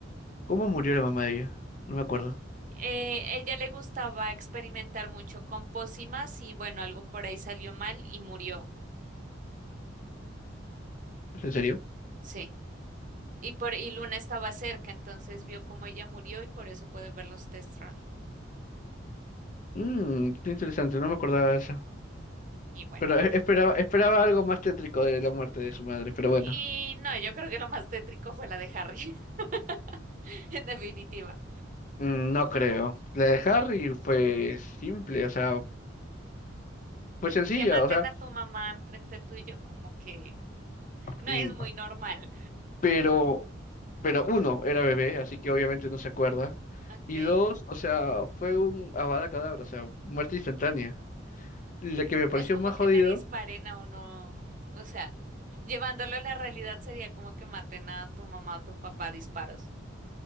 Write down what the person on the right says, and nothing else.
Eh, ella le gustaba experimentar mucho con pócimas y bueno, algo por ahí salió mal y murió.
Sí. Y por y Luna estaba cerca, entonces vio cómo ella murió y por eso puede ver los Testral.
Y bueno.
Y no, yo creo que lo más tétrico fue la de Harry, <laughs> en definitiva.
Que maten
a tu mamá enfrente tuyo, como que no
es muy normal.
okay
Es como
que
le disparen a uno, o sea, llevándolo a la realidad sería como que maten a tu mamá o tu papá a disparos.